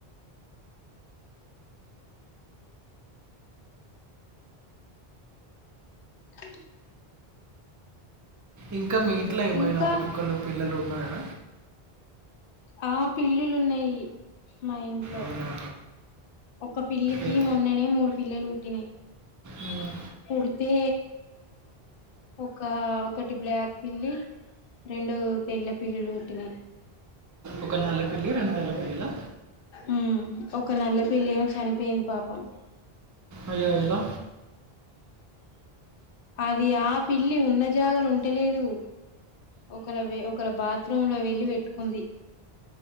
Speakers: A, on the left; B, on the right.
A: హలో
B: ఇంకా మీ ఇంట్ల ఏమైనా
A: ఇంకా
B: కుక్కలు పిల్లలు ఉన్నాయడ
A: ఆ పిళ్ళిలున్నయ్ మా ఇంట్లో
B: అవునా
A: ఒక్కపిల్లికి
B: ఏ-
A: మొన్ననే మూడు పిల్లలు పుట్టినయ్
B: మ్మ్.
A: పుడితే ఒక ఒకటి బ్లాక్ పిల్లి రెండు తెల్ల పిల్లులు పుట్టినయ్
B: ఒక నల్ల పిల్లి రెండు తెల్ల పిల్లులా
A: ఉమ్ ఒక నల్ల పిల్లి ఏమో చనిపోయింది పాపం
B: అయ్యో ఎలా
A: అది ఆ పిల్లి ఉన్న జాగల ఉంటలేదు ఒక ల వే ఒకల బాత్రూమ్ లో వెళ్లి పెట్టుకుంది